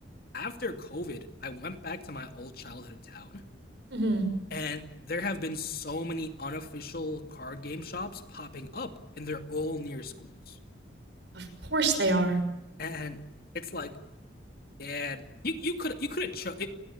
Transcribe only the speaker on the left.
after COVID, I went back to my old childhood town,
and there have been so many unofficial card game shops popping up, and they're all near schools.
And it's like, man, you you could you could have cho- it.